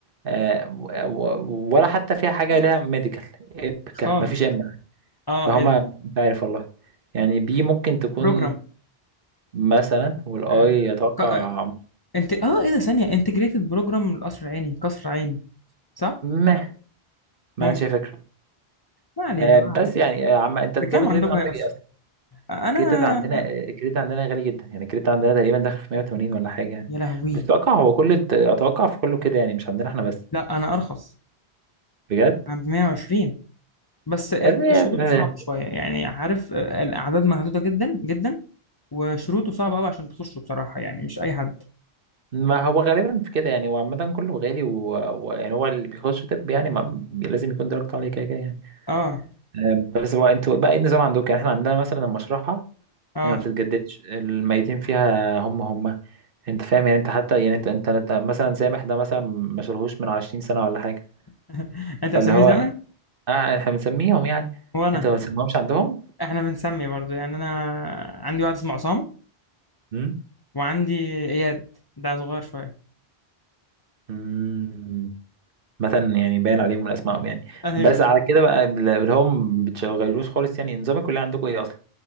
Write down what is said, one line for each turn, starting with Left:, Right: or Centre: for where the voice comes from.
Right: آه، و- و- ولا حتى فيها حاجه لها ميديكال ابكا
Left: خالص
Right: مفيش ام
Left: اه
Right: فهما
Left: ايه ده
Right: مش عارف والله يعني بي ممكن تكون
Left: بروجرام
Right: مثلا والاي
Left: آه.
Right: اتوقع
Left: ك... آه، انت اه ايه ده ثانية انتجريتد بروجرام القصر العيني قصر عيني صح
Right: مه ما
Left: ممكن
Right: عنديش أي فكره
Left: ما علينا
Right: آه
Left: ما
Right: بس
Left: علينا
Right: يعني آه عم انت نظام
Left: بكام
Right: الكريدت
Left: عندكم
Right: عندك
Left: هي اصلا
Right: ايه اصلا
Left: انا
Right: الكريدت عندنا آه، الكريدت عندنا غالي جدا يعني الكريدت عندنا تقريبا داخل في 180 ولا حاجه يعني
Left: يا لهوي
Right: بس اتوقع هو كل الت- اتوقع في كله كده يعني مش عندنا احنا بس
Left: لا انا ارخص
Right: بجد
Left: انا ب 120 بس آه،
Right: آه،
Left: شروطه
Right: آه،
Left: صعبة شوية يعني عارف آه، الأعداد محدودة جدا جدا وشروطه صعبة أوي عشان تخشه بصراحة يعني مش أي حد
Right: ما هو غالبا في كده يعني هو عامه كله غالي ويعني و... و- يعني هو اللي بيخش طب يعني ما... بي- لازم يكون درجته عاليه كده كده يعني
Left: اه
Right: آه، بس هو انتوا بقى ايه النظام عندكم يعني احنا عندنا مثلا المشرحه
Left: اه
Right: يعني ما بتتجددش الميتين فيها هم هم انت فاهم يعني انت حتى يعني انت انت, انت مثلا سامح ده مثلا ما شالهوش من 20 سنة ولا حاجة
Left: <laughs> أنت
Right: فاللي
Left: بتسميه
Right: هو
Left: سامي؟
Right: آه احنا بنسميهم يعني
Left: وأنا
Right: انت ما بتسميهمش عندهم
Left: إحنا بنسمي برضو يعني أنا عندي واحد اسمه عصام
Right: امم
Left: وعندي إياد ده صغير شوية
Right: امم مثلا يعني باين عليهم من اسمائهم يعني
Left: أيوه
Right: بس على كده بقى بل- اللي هم ما بتشغلوش خالص يعني نظام الكلية عندكم ايه اصلا